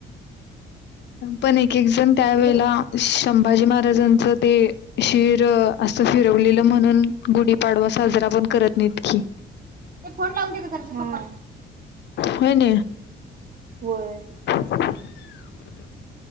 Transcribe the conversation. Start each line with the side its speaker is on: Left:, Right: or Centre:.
Left: पण एक एक जण त्या वेळेला
Right: घे
Left: शुक संभाजी महाराजांच ते शिर असिर ठेवलेल म्हणून गुढीपाडवा साजरा पण करत नाहीत की
Right: ते फोन लावून दे गं जरासं पप्पाला.
Left: होय न
Right: बर
Left: <inaudible>